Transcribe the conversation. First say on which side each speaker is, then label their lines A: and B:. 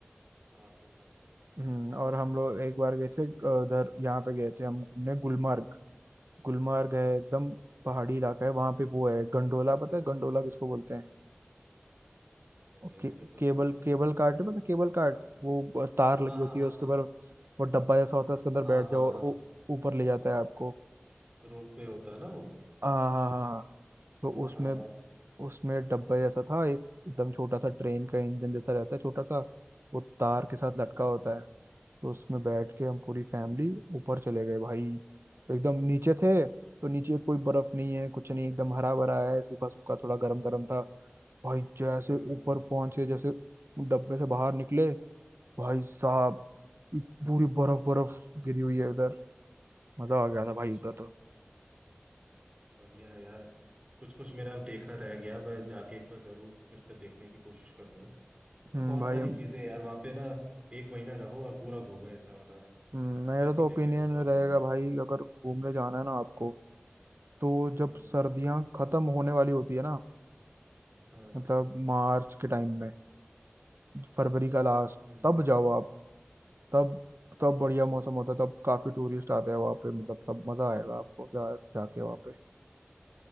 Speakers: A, on the right; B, on the right.
A: साफ सुथरा
B: हम्म और हम लोग एक बार गए थे अ, उधर यहाँ पे गए थे हम घूमने गुलमर्ग गुलमर्ग है
A: अच्छा
B: एकदम पहाड़ी इलाका है वहां पे वो है गंडोला पता है गंडोला किसको बोलते हैं
A: नहीं
B: और
A: यार
B: के,
A: ये तो
B: केबल
A: नहीं पता
B: केबल कार्ट है पता है केबल कार्ट वो ब- तार लगी
A: हाँ हाँ
B: होती
A: हाँ
B: है उसके
A: हाँ
B: ऊपर वो डब्बा जैसा होता है उसके अंदर
A: हाँ
B: बैठ
A: हाँ
B: जाओ और वो ऊपर ले जाता है आपको
A: रोप पे होता है ना वो
B: हाँ हाँ हाँ हाँ। हाँ, तो
A: हाँ
B: उसमें
A: हाँ हाँ
B: उसमें डब्बा जैसा था एक एकदम छोटा सा ट्रेन का इंजन जैसा रहता है छोटा सा वो तार के साथ
A: हम्म
B: लटका
A: हम्म
B: होता
A: हम्म
B: है तो उसमें बैठ के हम पूरी फैमिली ऊपर चले गए भाई एकदम नीचे थे तो नीचे कोई बर्फ नहीं है कुछ नहीं एकदम हरा भरा है सूखा सूखा थोड़ा गर्म गर्म था भाई जैसे
A: हम्म हम्म,
B: ऊपर
A: हम्म।
B: पहुंचे जैसे डब्बे से बाहर निकले भाई साहब पूरी बर्फ बर्फ गिरी हुई है उधर मजा आ गया था
A: अच्छा
B: भाई उधर तो
A: बढ़िया है यार कुछ कुछ मेरा देखना रह गया मैं जाके एक बार जरूर फिर से देखने की कोशिश करूंगा
B: हम्म
A: बहुत
B: भाई
A: सारी चीजें हैं यार वहाँ पे ना एक महीना रहो और पूरा घूमो ऐसा वाला
B: हम्म, मेरा
A: ऐसी
B: तो
A: जगह
B: ओपिनियन
A: है वो बहुत
B: रहेगा
A: बढ़िया
B: भाई अगर घूमने जाना है ना आपको तो जब
A: हम्म
B: सर्दियां खत्म होने वाली होती है ना
A: हाँ
B: मतलब मार्च के टाइम में फरवरी का लास्ट
A: हम्म
B: तब जाओ आप तब तब बढ़िया
A: अच्छा
B: मौसम होता है तब काफी टूरिस्ट आते हैं वहाँ पे मतलब तब मजा आएगा आपको जा जाके वहाँ पे